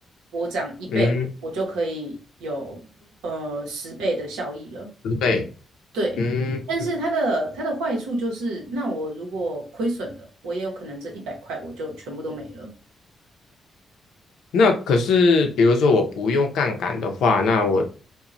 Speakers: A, on the right (about 90°); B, on the left (about 80°).
A: 我涨一倍，
B: 嗯，
A: 我就可以有呃十倍的效益了。
B: 对，
A: 对，
B: 嗯。
A: 但是它的它的坏处就是，那我如果亏损了，我也有可能这一百块我就全部都没了。
B: 那可是比如说我不用杠杆的话，那我